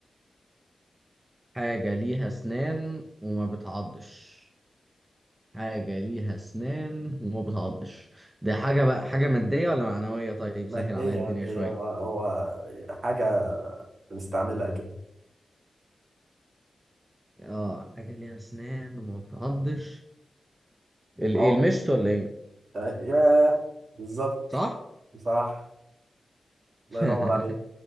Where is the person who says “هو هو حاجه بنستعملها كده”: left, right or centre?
Right